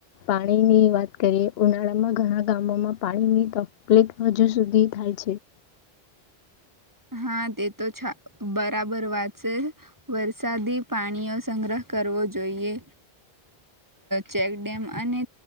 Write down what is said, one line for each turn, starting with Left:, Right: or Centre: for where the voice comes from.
Left: પાણીની વાત. કરી ઉનાળા માં ઘણા. ગામોમાં પાણીની તકલીફ હજુ સુધી થાય છે.
Right: હા તે તો બરાબર વાત છે, વરસાદી પાણીઓ સંગ્રહ કરવો જોઈએ. ચેકડેમ અને